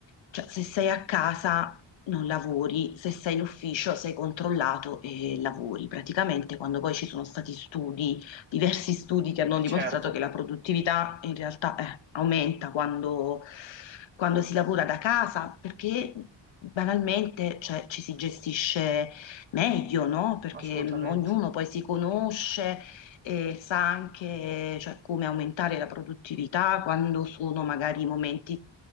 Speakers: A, on the left; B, on the right.
A: cioè, se sei a casa non lavori, se sei in ufficio sei controllato e lavori. Praticamente quando poi ci sono stati studi diversi studi che hanno
B: eh
A: dimostrato
B: certo,
A: che la produttività in realtà eh, aumenta quando, quando si lavora da casa, perché banalmente cioè, ci si gestisce meglio, no? Perché
B: assolutamente.
A: mm, ognuno poi si conosce e sa anche cioè, come aumentare la produttività quando sono magari momenti,